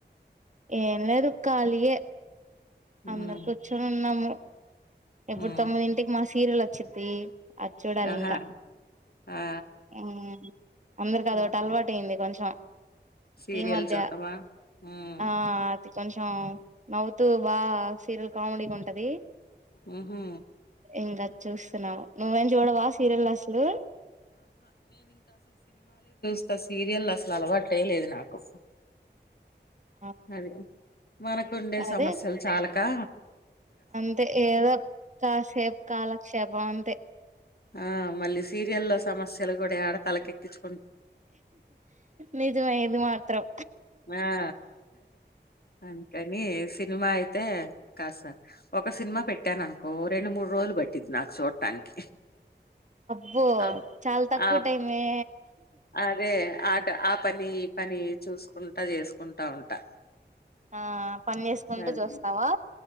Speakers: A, on the right (about 40°); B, on the left (about 55°).
A: ఏం లేదు ఖాళీయే అందరు
B: ఉమ్
A: కూర్చొని ఉన్నాము ఇప్పుడు
B: ఉమ్
A: తొమ్మిదింటికి మా సీరియల్ ఒచ్చిద్ది. అది చూడాలింకా
B: ఆహా ఆ
A: ఉమ్ అందర్కి అదొటి
B: ఇంకా
A: అలవాటు అయింది కొంచెం
B: సీరియల్
A: ఈ మధ్య
B: చూడటమా ఉమ్
A: ఆ అద్ కొంచెం నవ్వుతూ బాగా సీరియల్ కామెడీగూంటది.
B: మ్మ్ హు
A: ఇంగా చూస్తున్నావు నువ్వేం జూడవా సీరియల్ అసలు
B: అంత్ సీరియల్ అసల అలవాటేలేదు నాకు
A: ఆ
B: నది మనకుండే
A: అదే
B: సమస్యలు చాలకా
A: అంతే ఏదో కాసేప్ కాలక్షేపం అంతే
B: ఆ మళ్ళీ సీరియల్లో సమస్యలు గూడా ఏడతలకెక్కించు
A: నిజమే ఇది మాత్రం
B: ఆ అందుకని సిని మా అయితే కాస్త ఒక సినిమా పెట్టాననుకో రెండు మూడు రోజులు పట్టిద్ నాకు సూటానికి
A: అబ్బో
B: అప్
A: చాలా తక్కువ
B: ఆప్
A: టైమే
B: అదే ఆట అప్ పని ఈ పని చూసుకుంటా చేసుకుంటా ఉంటా
A: ఆ పని చేసుకుంటూ
B: అద్
A: చూస్తావా